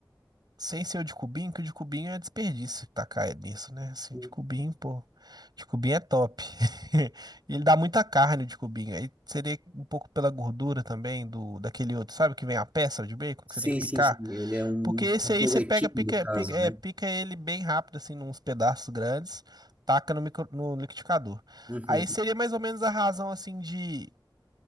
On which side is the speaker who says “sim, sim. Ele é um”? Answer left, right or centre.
Right